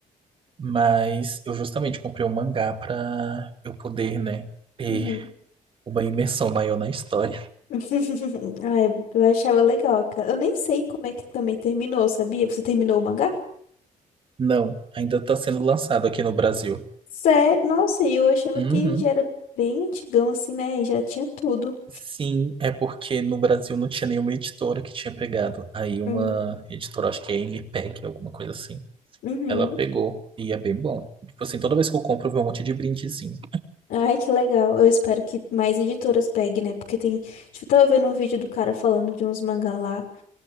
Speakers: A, on the right; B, on the left.
A: Mas eu justamente comprei o mangá pra eu poder, né, ter
B: uhum.
A: uma imersão maior na história.
B: <laughs> Ai, eu achava legal, cara. Eu nem sei como é que também terminou, sabia? Você terminou o mangá?
A: Não, ainda tá sendo lançado aqui no Brasil.
B: Sério? Nossa, e eu achava
A: Uhum.
B: que já era bem antigão, assim, né? E já tinha tudo.
A: Sim, é porque no Brasil não tinha nenhuma editora que tinha pegado. Aí uma
B: Hum.
A: editora, acho que é MPEG, alguma coisa assim.
B: Uhum.
A: Ela pegou e é bem bom. Tipo assim, toda vez que eu compro, eu vejo um monte de brindezinho.
B: Ai, que legal. Eu espero que mais editoras peguem, né? Porque tem. Tipo, eu tava vendo um vídeo do cara falando de uns mangá lá.